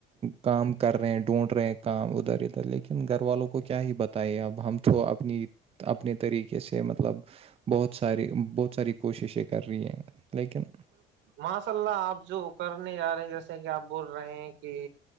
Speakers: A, on the right; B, on the right.
A: کام کر رہے ہیں ڈھونڈ رہے ہیں کام ادھر ادھر لیکن گھر والوں کو کیا ہی بتے اب ہم تو اپنی اپنے طریقے سے مطلب بہت ساری بہت ساری کوششیں کر رہی ہیں لیکن
B: ماشاء اللہ آپ جو کرنے جا رہے ہیں جیسے کہ آپ بول رہے ہیں کہ